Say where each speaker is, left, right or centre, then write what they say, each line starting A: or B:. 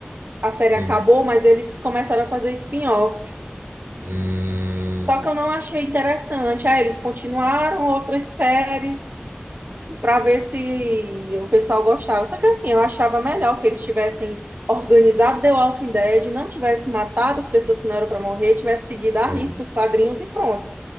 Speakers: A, on the right; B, on the right.
A: a série
B: Hum.
A: acabou, mas eles começaram a fazer spin-off.
B: Hum.
A: Só que eu não achei interessante. Aí eles continuaram outras séries para ver se o pessoal gostava. Só que assim, eu achava melhor que eles tivessem organizado The Walking Dead, não tivesse matado as pessoas que não eram para morrer, tivesse seguido a
B: hum,
A: risco os quadrinhos e pronto.